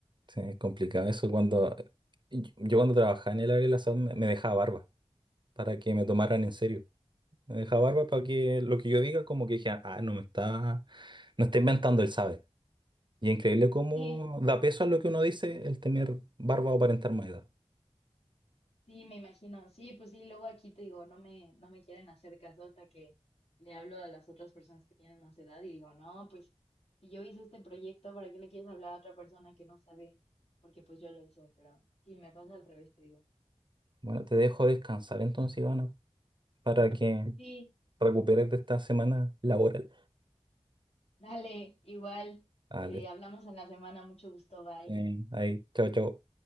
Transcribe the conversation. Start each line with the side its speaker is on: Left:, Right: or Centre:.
Right: Sí, es complicado eso cuando Y Yo cuando trabajaba en el área de la salud me, me dejaba barba para que me tomaran en serio. Me dejaba barba para que lo que yo diga como que dijeran, ah, no me está, no está inventando, él sabe. Y es increíble cómo
Left: sí
Right: da peso a lo que uno dice el tener barba o aparentar más edad.
Left: Sí, me imagino. Sí, pues sí, luego aquí te digo, no me, no me quieren hacer caso hasta que le hablo a las otras personas que tienen más edad y digo, no, pues si yo hice este proyecto, ¿para qué le quieres hablar a otra persona que no sabe? Porque pues yo lo hice, pero sí, me pasa al revés, te digo.
Right: Bueno, te dejo descansar entonces, Ivana, para que
Left: Sí,
Right: recuperes de esta semana laboral.
Left: dale, igual.
Right: Vale,
Left: eh, hablamos en la semana, mucho gusto, bye.
Right: sí, ahí, chao, chao.